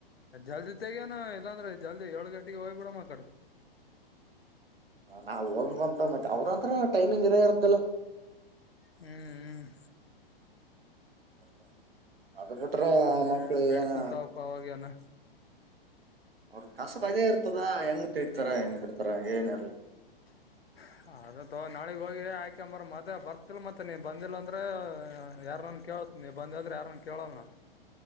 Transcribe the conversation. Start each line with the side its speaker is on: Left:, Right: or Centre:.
Left: ಜಲ್ದಿ ತೆಗೆಯುನು ಇಲ್ಲಾಂದ್ರೆ ಜಲ್ದಿ ಏಳ ಗಂಟೆಗೆ ಹೋಗ್ಬಿಡಮ ಆಕಡೆ
Right: ನಾವ್ ಹೋಗಂಗಂತ ಮತ್ತೆ ಅವ್ರ ಹತ್ರ ಟೈಮಿಂಗ್ ಇರ ಇರತ್ತೆಅಲಾ.
Left: ಹ್ಮ್ ಹ್ಮ್
Right: <unintelligible> ಬಿಟ್ರೆ ಆ
Left: ಅದೇ
Right: ಮಕ್ಳು
Left: ನಡೀತದ
Right: ಏನ
Left: ತಗೋಪ್ಪ ಅವಾಗೇನ
Right: ಅವ್ರ ಕಸದ ಅದೇ ಇರ್ತದ ಹೆಂಗ ತೆಗೀತಾರ ಹೆಂಗ್ ಬಿಡ್ತಾರ ಏನ್ಲ್
Left: <unintelligible> ಅದ ತೊಗೊ ನಾಳಿಗ್ ಹೋಗಿ ಆಯಕೊಂಡ ಬರುನು ಮತ್ತೆ ಬರ್ತಿಲ್ ಮತ್ತೆ ನೀನ್ ಬಂದಿಲ್ಲ ಅಂದ್ರೆ ಯಾರ್ನನ್ ಕೇಳ ತ್ ನೀ ಬಂದಿ ಅಂದ್ರ ಯಾರ್ನ ಕೇಳಲ್ಲ ನಾ.